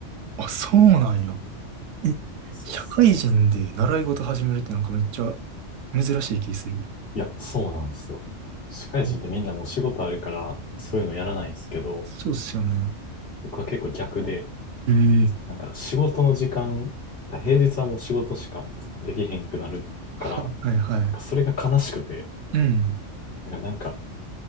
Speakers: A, on the right (about 90°); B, on the left (about 50°).
A: あ、そうなんや。え、
B: そうっす。
A: 社会人で習い事始めるってなんかめっちゃ珍しい気する。
B: いや、そうなんですよ。社会人ってみんなもう仕事あるから、
A: え
B: そういうのやらないんですけど、
A: そうっすよね。
B: 僕は結構逆で、
A: ええ
B: なんか仕事の時間、平日はもう仕事しかできへんくなるから、
A: はいはいはい。
B: なんかそれが悲しくて、
A: うん。
B: なんか、なんか